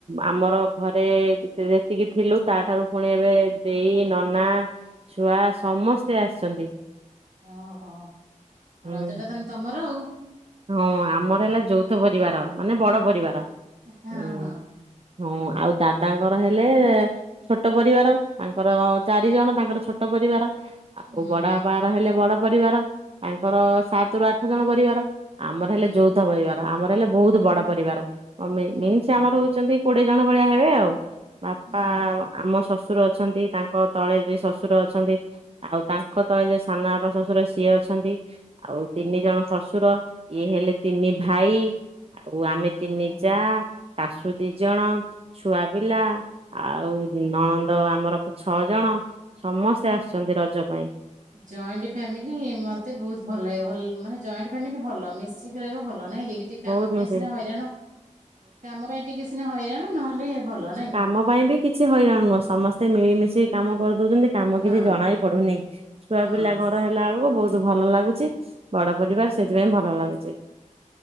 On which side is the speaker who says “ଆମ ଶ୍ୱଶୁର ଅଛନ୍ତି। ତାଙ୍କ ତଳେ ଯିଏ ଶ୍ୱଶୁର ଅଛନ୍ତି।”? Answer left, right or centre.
Right